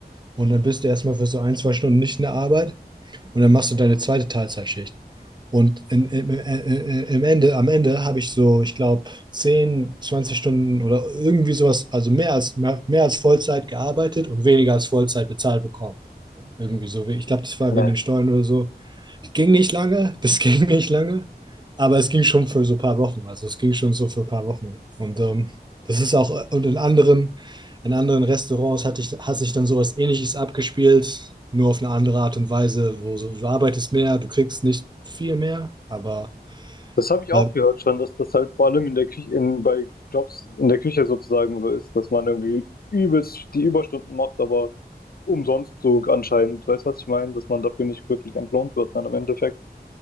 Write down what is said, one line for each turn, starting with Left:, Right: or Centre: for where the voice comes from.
Right: und dann bist du erstmal für so ein, zwei Stunden nicht in der Arbeit. Und dann machst du deine zweite Teilzeitschicht. Und in, im, äh, im Ende, am Ende habe ich so, ich glaube, 10 20 Stunden oder irgendwie sowas, also mehr als, mehr, mehr als Vollzeit gearbeitet und weniger als Vollzeit bezahlt bekommen. Irgendwie so. Ich glaube, das war
Left: Ja.
Right: wegen den Steuern oder so. Ging nicht lange, <laughs> das ging nicht lange, aber es ging schon für so ein paar Wochen. Also es ging schon so für ein paar Wochen. Und ähm, das ist auch, äh, und in anderen, in anderen Restaurants hatte ich, hat sich dann sowas ähnliches abgespielt, nur auf eine andere Art und Weise, wo so, du arbeitest mehr, du kriegst nicht viel mehr, aber
Left: Das habe ich
Right: äh,
Left: auch gehört schon, dass das halt vor allem in der Küche, in, bei Jobs in der Küche sozusagen so ist, dass man irgendwie übelst die Überstunden macht, aber umsonst so anscheinend, weißt du, was ich meine? Dass man dafür nicht wirklich entlohnt wird dann im Endeffekt.